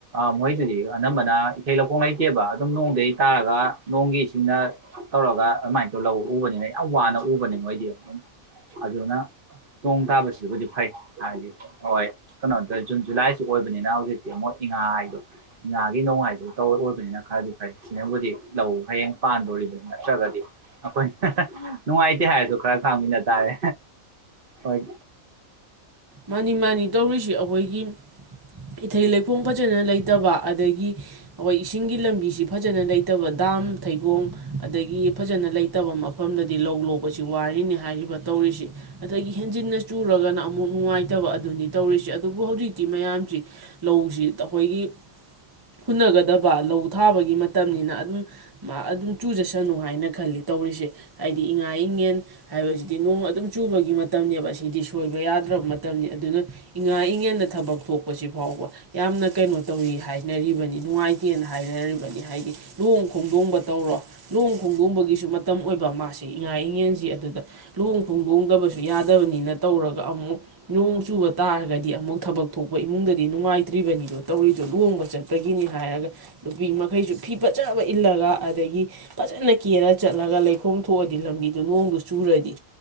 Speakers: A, on the right; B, on the right.
A: ꯃꯣꯏꯗꯨꯗꯤ ꯑꯅꯝꯕꯅ ꯏꯊꯩ ꯂꯧꯈꯣꯡ ꯂꯩꯇꯦꯕ ꯑꯗꯨꯝ ꯅꯣꯡꯗꯗꯒꯤ ꯇꯥꯔꯒ ꯅꯣꯡꯒꯤ ꯏꯁꯤꯡꯅ ꯇꯧꯔꯒ ꯑꯗꯨꯃꯥꯏꯅ ꯇꯧ ꯂꯧ ꯎꯕꯅꯤꯅ ꯌꯥꯝ ꯋꯥꯅ ꯎꯕꯅꯦ ꯃꯣꯏꯗꯤ ꯑꯗꯨꯅ ꯅꯣꯡ ꯇꯥꯕꯁꯤꯕꯨꯗꯤ ꯐꯩ ꯍꯥꯏꯗꯤ ꯍꯣꯏ ꯀꯩꯅꯣ ꯇꯧ ꯖꯨꯟ ꯖꯨꯂꯥꯏꯁꯤ ꯑꯣꯏꯕꯅꯤꯅ ꯍꯧꯖꯤꯛꯇꯤ ꯑꯃꯨꯛ ꯏꯉꯥ ꯍꯥꯏꯗꯣ ꯉꯥꯒꯤ ꯅꯣꯡꯃꯥꯏꯗꯣ ꯇꯧ ꯑꯣꯏꯕꯅꯤꯅ ꯈꯔꯗꯤ ꯐꯩ ꯁꯤꯅꯕꯨꯗꯤ ꯂꯧ ꯍꯌꯦꯡ ꯄꯥꯟꯗꯣꯔꯤꯕꯅꯤ ꯅꯠꯇ꯭ꯔꯒꯗꯤ ꯑꯩꯈꯣꯏꯅ ꯍ ꯍ ꯅꯨꯡꯉꯥꯏꯇꯦ ꯍꯥꯏꯔꯁꯨ ꯈꯔ ꯈꯥꯡꯃꯤꯟꯅ ꯇꯥꯔꯦ ꯍꯣꯏ
B: ꯃꯥꯅꯤ ꯃꯥꯅꯤ ꯇꯧꯔꯤꯁꯤ ꯑꯩꯈꯣꯏꯒꯤ ꯏꯊꯩ ꯂꯩꯈꯣꯡ ꯐꯖꯅ ꯂꯩꯇꯕ ꯑꯗꯒꯤ ꯑꯩꯈꯣꯏ ꯏꯁꯤꯡꯒꯤ ꯂꯝꯕꯤꯁꯤ ꯐꯖꯅ ꯂꯩꯇꯕ ꯗꯥꯝ ꯊꯩꯒꯣꯡ ꯑꯗꯒꯤ ꯐꯖꯅ ꯂꯩꯇꯕ ꯃꯐꯝꯗꯗꯤ ꯂꯧ ꯂꯣꯛꯄꯁꯤ ꯋꯥꯔꯤꯅꯤ ꯍꯥꯏꯔꯤꯕ ꯇꯧꯔꯤꯁꯤ ꯑꯗꯒꯤ ꯍꯦꯟꯖꯤꯟꯅ ꯆꯨꯔꯒꯅ ꯑꯃꯨꯛ ꯅꯨꯡꯉꯥꯏꯇꯕ ꯑꯗꯨꯅꯤ ꯇꯧꯔꯤꯁꯦ ꯑꯗꯨꯕꯨ ꯍꯧꯖꯤꯛꯇꯤ ꯃꯌꯥꯝꯁꯤ ꯂꯧꯁꯤ ꯑꯩꯈꯣꯏꯒꯤ ꯍꯨꯟꯅꯒꯗꯕ ꯂꯧ ꯊꯥꯕꯒꯤ ꯃꯇꯝꯅꯤꯅ ꯑꯗꯨꯝ ꯑꯗꯨꯝ ꯆꯨꯖꯁꯅꯨ ꯍꯥꯏꯅ ꯈꯜꯂꯤ ꯇꯧꯔꯤꯁꯦ ꯍꯥꯏꯗꯤ ꯏꯉꯥ ꯏꯉꯦꯟ ꯍꯥꯏꯕꯁꯤꯗꯤ ꯅꯣꯡ ꯑꯗꯨꯝ ꯆꯨꯕꯒꯤ ꯃꯇꯝꯅꯤꯕ ꯁꯤꯗꯤ ꯁꯣꯏꯕ ꯌꯥꯗ ꯗ꯭ꯔꯕ ꯃꯇꯝꯅꯤ ꯑꯗꯨꯅ ꯏꯉꯥ-ꯏꯉꯦꯗ ꯊꯕꯛ ꯊꯣꯛꯄꯁꯤ ꯐꯥꯎꯕ ꯌꯥꯝꯅ ꯀꯩꯅꯣ ꯇꯧꯋꯤ ꯍꯥꯏꯅꯔꯤꯕꯅꯤ ꯅꯨꯡꯉꯥꯏꯇꯦꯅ ꯍꯥꯏꯅꯔꯤꯕꯅꯤ ꯍꯥꯏꯗꯤ ꯂꯨꯍꯣꯡ ꯈꯣꯡꯗꯣꯡꯕ ꯇꯧꯔꯣ ꯂꯨꯍꯣꯡ ꯈꯣꯡꯗꯣꯡꯕꯒꯤꯁꯨ ꯃꯇꯝ ꯑꯣꯏꯕ ꯃꯥꯁꯤ ꯏꯉꯥ ꯏꯉꯦꯟꯁꯤ ꯑꯗꯨꯗ ꯂꯨꯍꯣꯡ ꯈꯣꯡꯗꯣꯡꯗꯕꯁꯨ ꯌꯥꯗꯕꯅꯤꯅ ꯇꯧꯔꯒ ꯑꯃꯨꯛ ꯅꯣꯡ ꯆꯨꯕ ꯇꯥꯔꯒꯗꯤ ꯑꯃꯨꯛ ꯊꯕꯛ ꯊꯣꯛꯄ ꯏꯃꯨꯡꯗꯗꯤ ꯅꯨꯡꯉꯥꯏꯇ꯭ꯔꯤꯕꯅꯤꯗꯣ ꯇꯧꯔꯤꯗꯣ ꯂꯨꯍꯣꯡꯕ ꯆꯠꯄꯒꯤꯅꯤ ꯍꯥꯏꯔꯒ ꯅꯨꯄꯤ ꯃꯈꯩꯁꯨ ꯐꯤ ꯐꯖꯕ ꯏꯜꯂꯒ ꯑꯗꯒꯤ ꯐꯖꯅ ꯀꯦꯔ ꯆꯠꯂꯒ ꯂꯩꯈꯣꯝ ꯊꯣꯛꯑꯗꯤ ꯂꯝꯕꯤꯗꯨ ꯅꯣꯡꯗꯨ ꯆꯨꯔꯗꯤ